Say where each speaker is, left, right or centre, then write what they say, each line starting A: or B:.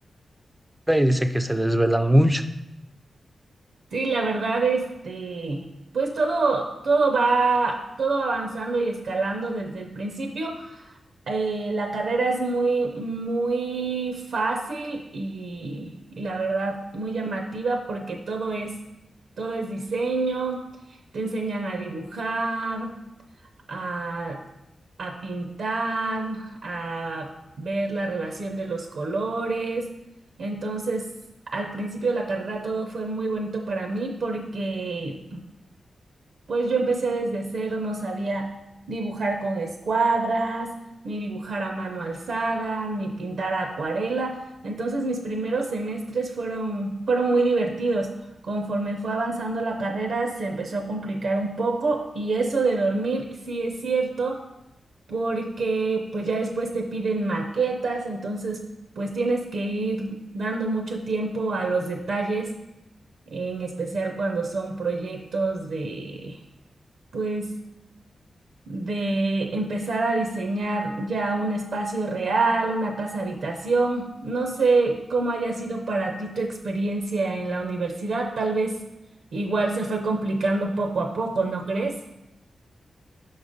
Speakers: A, in the centre; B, on the right (about 75°).
A: y dice que se desvelan mucho.
B: Sí, la verdad, este, pues todo, todo va, todo avanzando y escalando desde el principio. Eh, la carrera es muy, muy fácil y, y la verdad muy llamativa porque todo es, todo es diseño, te enseñan a dibujar, a, a pintar, a ver la relación de los colores. Entonces, al principio de la carrera todo fue muy bonito para mí porque pues yo empecé desde cero, no sabía dibujar con escuadras, ni dibujar a mano alzada, ni pintar a acuarela. Entonces mis primeros semestres fueron, fueron muy divertidos. Conforme fue avanzando la carrera, se empezó a complicar un poco y eso de dormir sí es cierto, porque pues ya después te piden maquetas, entonces pues tienes que ir dando mucho tiempo a los detalles, en especial cuando son proyectos de pues de empezar a diseñar ya un espacio real, una casa habitación. No sé cómo haya sido para ti tu experiencia en la universidad, tal vez igual se fue complicando poco a poco, ¿no crees?